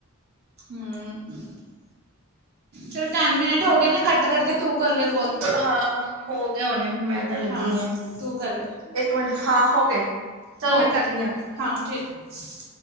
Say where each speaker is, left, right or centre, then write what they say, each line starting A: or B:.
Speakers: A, on the right; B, on the right.
A: ਹੁ ਚਲੋ ਟੈਨ ਮਿੰਟ ਹੋ ਗਏ ਨਾ ਕੱਟ ਕਰਕੇ ਤੂੰ ਕਰ ਲੈ ਕੋਲ
B: ਹਾਂ ਹੋ ਗਏ ਹੁਣੇ, ਮੈਂ ਤਾਂ ਲੱਗੀ
A: ਹਾਂ
B: ਆਂ
A: ਤੂੰ ਕਰ
B: ਇੱਕ ਮਿੰਟ, ਹਾਂ ਹੋ ਗਏ। ਚੱਲ
A: ਔ
B: ਮੈਂ
A: ਕੇ,
B: ਕਰਦੀ ਆ
A: ਹਾਂ ਠੀਕ।